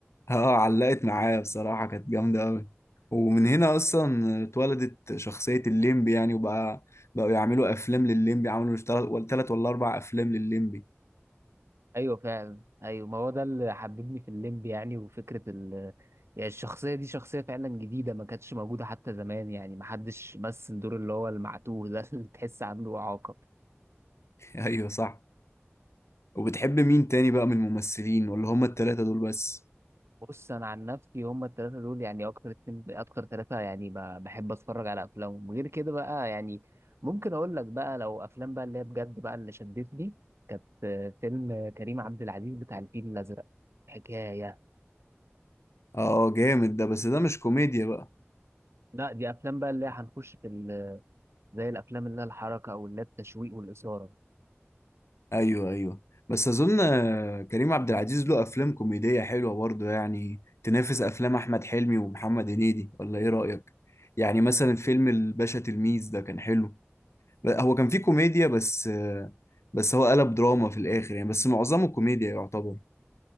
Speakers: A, on the left; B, on the right.
A: <laughs> اه علقت معايا بصراحة كانت جامدة أوي ومن هنا أصلا اتولدت شخصية الليمبي يعني وبقى بقوا يعملوا أفلام للليمبي عملوا تلات ولا أربع أفلام للليمبي
B: ايوه فعلا ايوه ما هو ده اللي حببني في الليمب يعني وفكره ال يعني الشخصيه دي شخصيه فعلا جديده ما كانتش موجوده حتى زمان يعني ما حدش مثل دور اللي هو المعتوه ده <laughs> اللي تحس عنده اعاقه
A: <laughs> أيوه صح وبتحب مين تاني بقى من الممثلين ولا هما التلاتة دول بس؟
B: بص انا عن نفسي هم الثلاثه دول يعني اكتر اتنين اكتر ثلاثه يعني ب- بحب اتفرج على افلامهم غير كده بقى يعني ممكن اقول لك بقى لو افلام بقى اللي هي بجد بقى اللي شدتني كانت آه، فيلم آه، كريم عبد العزيز بتاع الفيل الازرق حكايه
A: اه جامد ده بس ده مش كوميديا بقى
B: لا دي افلام بقى اللي هي هنخش في زي الافلام اللي هي الحركه او اللي هي التشويق والاثاره
A: ايوه ايوه بس اظن آه، كريم عبد العزيز له افلام كوميدية حلوة برضه يعني تنافس افلام احمد حلمي ومحمد هنيدي ولا ايه رأيك يعني مثلا فيلم الباشا تلميذ ده كان حلو ب- هو كان فيه كوميديا بس آه، بس هو قلب دراما في الاخر يعني بس معظمه كوميديا يعتبر